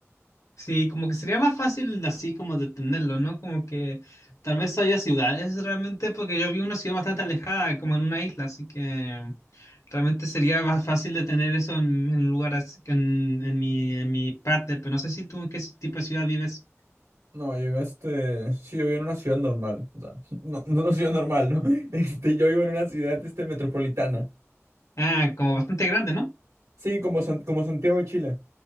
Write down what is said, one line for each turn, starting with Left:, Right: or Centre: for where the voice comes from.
Left: Sí, como que sería más fácil así como detenerlo, ¿no? Como que tal vez haya ciudades realmente, porque yo vi una ciudad bastante alejada, como en una isla, así que realmente sería más fácil detener eso en, en lugares, que en, en mi, en mi parte, pero no sé si tú en qué tipo de ciudad vives.
Right: No, yo vivo este, sí, yo vivo en una ciudad normal, o sea, <laughs> no, no una ciudad normal, ¿no? <laughs> Este, yo vivo en una ciudad este metropolitana.
Left: Ah, como bastante grande, ¿no?
Right: Sí, como San- como Santiago de Chile.